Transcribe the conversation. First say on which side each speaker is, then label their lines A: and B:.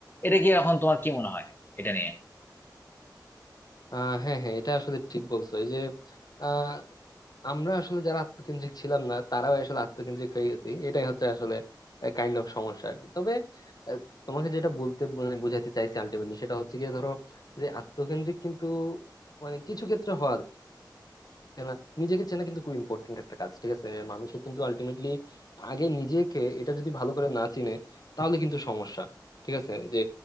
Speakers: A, on the left; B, on the left.
A: এটা কি এখন তোমার কি মনে হয় এটা নিয়ে
B: আহ হ্যাঁ হ্যাঁ এটা আসলে ঠিক বলছো এই যে আহ আমরা আসলে যারা আত্মকেন্দ্রিক ছিলাম না তারাও আসলে আত্মকেন্দ্রিক হয়ে গেছি এটাই হচ্ছে আসলে কাইন্ড অফ সমস্যা আর কি তবে আহ, তোমাকে যেটা বলতে মানে বোঝাতে চাইছি আলটিমেটলি সেটা হচ্ছে গিয়ে ধরো যে আত্মকেন্দ্রিক কিন্তু মানে কিছু ক্ষেত্রে হওয়া যায় চেনা নিজেকে চেনা কিন্তু খুব ইম্পর্টেন্ট একটা কাজ ঠিক আছে মানুষের কিন্তু আলটিমেটলি আগে নিজেকে এটা যদি ভালো করে না চিনে তাহলে কিন্তু সমস্যা ঠিক আছে যে